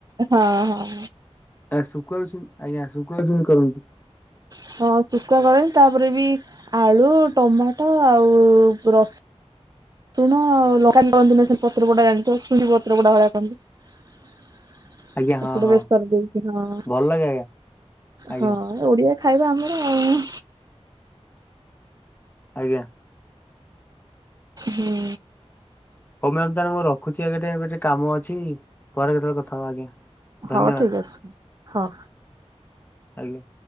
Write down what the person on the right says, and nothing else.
ହଁ ହଁ।
ହଁ ଶୁକୁଆ କରନ୍ତି ତାପରେ ବି ଆଳୁ, ଟମାଟୋ ଆଉ ରସ ଶୁଣ ଲଗା ଲନ୍ତି ନା ସେ ପତ୍ର ଗୁଡା ଜାଣିଥିବ ଛୁଇଁ ପତ୍ର ଗୁଡା ଭଳିଆ କରନ୍ତି।
ଏପଟେ
ବେସର ଦେଇକି ହଁ
ହଁ ଓଡିଆ ଖାଇବା ଆମର ଆଉ
ହୁଁ।
ହଉ ଠିକ୍ ଅଛି ହଉ।